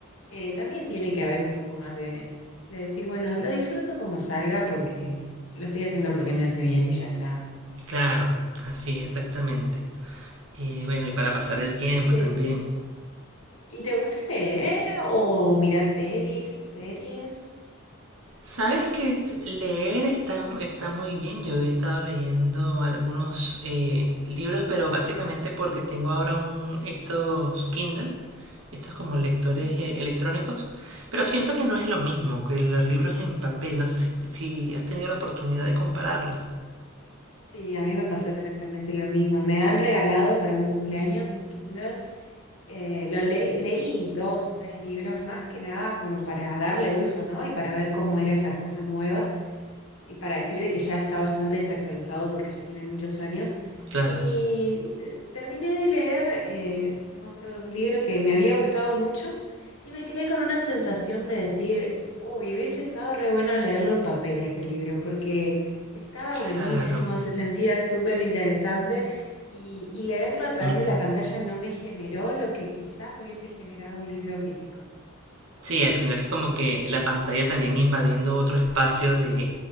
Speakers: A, on the left (about 75°); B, on the right (about 70°).
A: eh, también tiene que haber un poco más de, de decir, bueno, lo disfruto como salga porque lo estoy haciendo porque me hace bien y ya está.
B: Claro, así, exactamente. Y bueno, y para pasar el tiempo
A: ¿Y te,
B: también.
A: y te gusta leer o mirar pelis o series?
B: ¿Sabes que leer está, está muy bien? Yo he estado leyendo algunos eh, libros, pero básicamente porque tengo ahora un, estos Kindle, estos como lectores
A: Ujú.
B: eh, electrónicos, pero siento que no es lo mismo que los libros en papel. No sé si, si has tenido la oportunidad de compararlo.
A: Sí, a mí me pasó exactamente lo mismo. Me han regalado para un cumpleaños un Kinder eh, lo le- leí dos, tres libros más que nada como para darle uso, ¿no? Y para ver cómo era esa cosa nueva y para decir de que ya está bastante desactualizado porque ya tiene muchos años.
B: Claro,
A: Y te- terminé de leer, eh, no me acuerdo de un libro que me había gustado mucho y me quedé con una sensación de decir, uy, hubiese estado re bueno leerlo en papel a este libro porque estaba
B: claro.
A: buenísimo, se sentía súper interesante. Y, y leerlo a través
B: Mm,
A: de la pantalla no me generó lo que quizás me hubiese generado un libro físico.
B: Sí, al final es como que la pantalla también invadiendo otro espacio de,